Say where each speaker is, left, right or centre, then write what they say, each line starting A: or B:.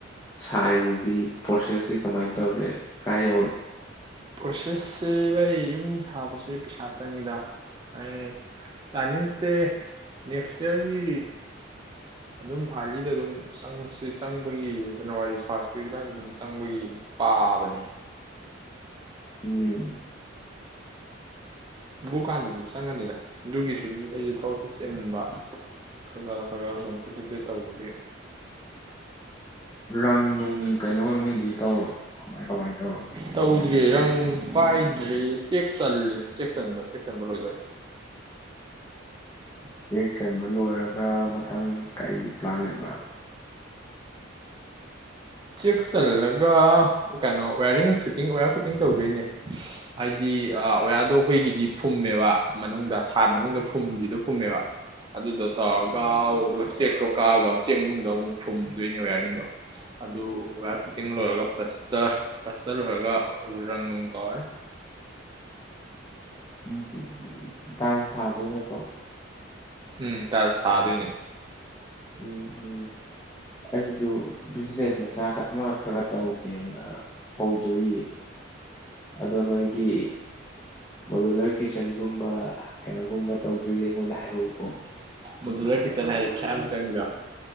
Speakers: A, on the left (about 20°); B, on the right (about 25°).
A: ꯁꯥꯔꯤꯗꯨꯗꯤ ꯄ꯭ꯔꯣꯁꯦꯁꯇꯤ ꯀꯃꯥꯏꯅ ꯇꯧꯔꯦ ꯀꯥꯏ ꯌꯧꯔꯦ
B: ꯄ꯭ꯔꯣꯁꯦꯁꯁꯦ ꯑꯩꯚ ꯑꯩ ꯌꯨꯝ ꯁꯥꯕꯁꯦ ꯄꯩꯁꯥ ꯆꯪꯉꯤꯗ ꯑꯩ ꯄ꯭ꯂꯥꯟꯅꯤꯡꯁꯦ ꯅꯦꯛꯁ ꯏꯌꯥꯔꯒꯤ ꯑꯗꯨꯝ ꯑꯥꯔꯂꯤꯗ ꯑꯗꯨꯝ ꯆꯪꯁꯤ ꯆꯪꯕꯒꯤ ꯖꯟꯋꯥꯔꯤ ꯐꯥꯔꯁ ꯋꯤꯛ ꯑꯗꯨꯋꯥꯏꯗ ꯑꯗꯨꯝ ꯆꯪꯕꯒꯤ ꯄꯥꯕꯅꯤ
A: ꯎꯝ
B: ꯕꯨꯀꯥꯟꯗꯗꯤ ꯆꯪꯉꯅꯤꯗ ꯑꯗꯨꯒꯤꯁꯨꯗꯤ ꯑꯩꯁꯦ ꯊꯕꯛꯁꯦ ꯆꯤꯟꯕ ꯈꯔ ꯈꯔ ꯈ ꯈꯔ ꯁꯨꯝ ꯊꯦ ꯊꯦꯠꯇꯦ ꯇꯧꯕꯒꯤ
A: ꯔꯪ ꯅꯨꯡ ꯀꯩꯅꯣ ꯅꯨꯡꯗꯤ ꯇꯧꯔꯕ ꯀꯃꯥꯏ ꯀꯃꯥꯏꯅ ꯇꯧꯔꯒꯦ
B: ꯇꯧꯗꯦ ꯔꯪ ꯄꯥꯏꯗ꯭꯭ꯔꯔꯤ ꯆꯦꯛ ꯆꯜ ꯂꯤ ꯆꯦꯛ ꯆꯟꯕ ꯆꯦꯛ ꯆꯟꯕ ꯂꯣꯏꯗꯣꯏꯔꯦ
A: ꯆꯦꯛꯁꯤꯟꯕ ꯂꯣꯏꯔꯒ ꯃꯊꯪ ꯀꯩ ꯄ꯭ꯂꯥꯟ ꯂꯩꯕ
B: ꯆꯦꯛ ꯆꯜꯂꯒ ꯀꯩꯅꯣ ꯋꯥꯋꯌꯥꯔꯤꯡ ꯐꯤꯠꯇꯤꯡ ꯑꯣꯌꯔ ꯐꯤꯠꯇꯤꯡ ꯇꯧꯗꯣꯏꯅꯦ ꯍꯥꯏꯗꯤ ꯑꯣꯌꯥꯔꯗꯣ ꯑꯩꯈꯣꯏꯒꯤꯗꯤ ꯐꯨꯝꯃꯦꯕ ꯃꯅꯨꯡꯗ ꯁꯥꯠ ꯃꯅꯨꯡꯗ ꯐꯨꯝꯕꯤꯗꯣ ꯐꯨꯝꯃꯦꯕ ꯑꯗꯨꯗꯣ ꯇꯧꯔꯒ ꯑꯗꯨꯒ ꯆꯦꯛꯇꯣ ꯀꯛꯑꯒ ꯑꯃꯨꯛ ꯆꯦꯛ ꯃꯅꯨꯡꯗ ꯑꯃꯨꯛ ꯐꯨꯝꯗꯣꯏꯅꯦ ꯋꯥꯌꯥꯔꯤꯡꯗꯣ ꯑꯗꯨ ꯋꯥꯋꯌꯔ ꯐꯤꯠꯇꯤꯡ ꯂꯣꯏꯔꯒ ꯄ꯭ꯂꯁꯇ ꯄ꯭ꯂꯁꯇ ꯂꯣꯏꯔꯒ ꯔꯪ ꯅꯨꯡ ꯇꯧꯔꯅꯤ
A: ꯎꯝ ꯇꯥꯏꯜꯁ ꯊꯥꯗꯣꯏ ꯅꯠꯇ꯭ꯔꯣ
B: ꯎꯝ ꯇꯥꯢꯜꯁ ꯊꯥꯗꯣꯏꯅꯦ
A: ꯎꯝ ꯎꯝ ꯑꯩꯁꯨ ꯕꯤꯖꯤꯅꯦꯁ ꯃꯆꯥ ꯑꯃ ꯈꯔ ꯇꯧꯒꯦꯅ ꯍꯧꯗꯣꯛꯏ ꯑꯗꯣ ꯅꯣꯏꯒꯤ ꯃꯣꯗꯨꯂꯔ ꯀꯤꯠꯆꯟꯒꯨꯝꯕ ꯀꯩꯅꯣꯒꯨꯝꯕ ꯇꯧꯗꯣꯏꯅꯦ ꯑꯩꯉꯣꯟꯗ ꯍꯥꯏꯔꯛꯎꯀꯣ
B: ꯃꯗꯨꯗ ꯀꯤꯠꯆꯟ ꯍꯥꯏ ꯄꯩꯁꯥ ꯌꯥꯝ ꯆꯪ ꯉꯤꯗ